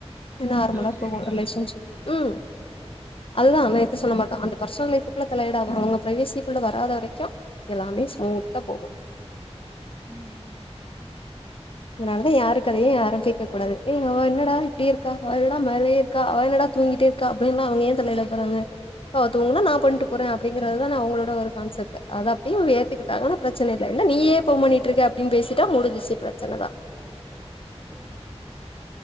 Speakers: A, on the left; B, on the right.
A: நார்மலா
B: எந்த பிரச்சனையும்
A: போகு
B: இல்லை
A: ரிலேஷன்ஷிப் உ அதுதான நேத்து சொன்ன மார்தா அந்த பர்ஸ்னல் லைஃப் க்குள்ள தலையிடாம அவங்க பிரைவேசிகுள்ள வராத வரைக்கு எல்லாமே ஸ்மூத்தா போகு
B: ம்
A: இதுனாலாதியான் யாரு கதையு யாரு கேக்க கூடாது ஏ அவ என்னடா இப்படி இருக்கா அவ என்னடா மேலே இருக்கா அவ என்னடா தூங்கிட்டே இருக்கா அப்படின்னா அவுங்க ஏன் தலையிட போறாங்க பா அவதுங்குனா நான் பண்ட்டு போறே அப்படிங்கறதுதான அவங்களோட ஒரு கான்செப்ட் அதான் டிவ் ஏத்துகிட்டா ஆ ப்ரச்சனை இல்ல நீ யே போன் பண்ணிட்டு இருக்க அப்டின்னுபேசிட்டா முடிச்சி பிரச் ச்சனதா
B: ஓ